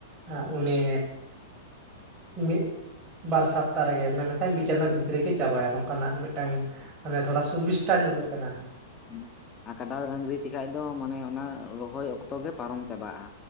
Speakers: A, on the right; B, on the left.
A: ᱮᱸ ᱩᱱᱤ ᱢᱤᱫ ᱵᱟᱨ ᱥᱚᱯᱛᱟ ᱨᱮᱜᱮ ᱢᱮᱱᱠᱷᱟᱡ ᱢᱤᱫ ᱪᱟᱸᱫᱳ ᱵᱷᱤ ᱛᱨᱤ ᱨᱮᱜᱮ ᱪᱟᱵᱟᱭᱟ ᱱᱚᱝᱠᱟᱱᱟᱜ ᱢᱤᱫᱴᱟᱝ ᱢᱟᱱᱮ ᱛᱷᱚᱲᱟ ᱥᱩᱵᱤᱥᱛᱟ ᱧᱚᱜᱟᱜ ᱠᱟᱱᱟ᱾
B: ᱦᱩᱸ ᱟ ᱠᱟᱰᱟ ᱰᱟᱝᱨᱤ ᱛᱮᱠᱷᱟᱡ ᱫᱚ ᱢᱟᱱᱮ ᱚᱱᱟ ᱨᱚᱦᱚᱭ ᱚᱠᱛᱚ ᱜᱮ ᱯᱟᱨᱚᱢ ᱪᱟᱵᱟᱜᱼᱟ᱾